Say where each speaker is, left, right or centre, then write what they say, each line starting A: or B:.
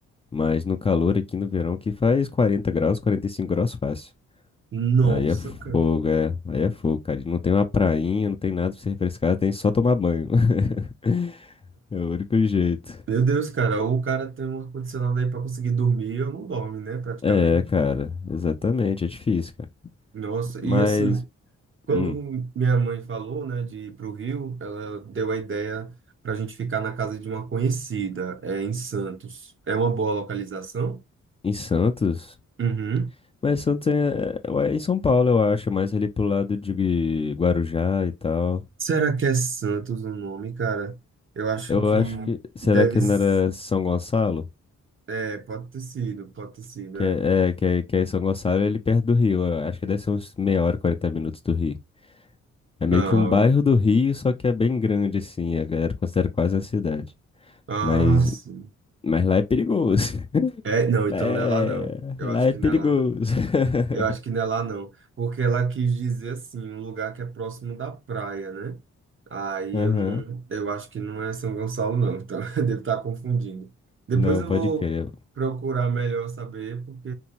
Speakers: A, on the left; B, on the right.
A: Mas no calor aqui no verão que faz 40 graus, 45 graus fácil.
B: Nossa,
A: Aí é fogo,
B: cara.
A: é. Aí é fogo, cara. E Não tem uma prainha, não tem nada pra se refrescar, tem só tomar banho. <laughs> É o único jeito.
B: Meu Deus, cara, ou o cara tem um ar-condicionado aí pra conseguir dormir, eu não dorme, né, praticamente.
A: É, cara, exatamente, é difícil, cara.
B: Nossa,
A: Mas,
B: e assim, quando
A: hum,
B: minha mãe falou, né, de ir pro Rio, ela deu a ideia pra gente ficar na casa de uma conhecida, é, em Santos. É uma boa localização?
A: em Santos.
B: Uhum.
A: Mas Santos é, é- é em São Paulo, eu acho, mais ali pro lado de Guarujá e tal.
B: Será que é Santos o nome, cara? Eu acho
A: Eu
B: que
A: acho que. Será
B: deve.
A: que
B: s-
A: não era São Gonçalo?
B: É, pode ter sido, pode ter sido,
A: Que
B: é.
A: é, é, que é, que é em São Gonçalo, ele perto do Rio. Eu acho que deve ser uns meia hora, 40 minutos do Rio. É meio
B: Não.
A: que um bairro do Rio, só que é bem grande, assim. A galera considera quase uma cidade.
B: Ah,
A: Mas,
B: sim.
A: mas lá é perigoso. <laughs>
B: É, não,
A: Lá
B: então
A: é,
B: não é lá não. Eu
A: lá
B: acho
A: é
B: que
A: perigoso.
B: não é lá não.
A: <laughs>
B: Eu acho que não é lá não, porque ela quis dizer assim, um lugar que é próximo da praia, né? Aí
A: Aham.
B: eu não, eu acho que não é São Gonçalo não, então <laughs> eu devo estar confundindo. Depois
A: Não,
B: eu
A: pode
B: vou
A: crer.
B: procurar melhor saber, porque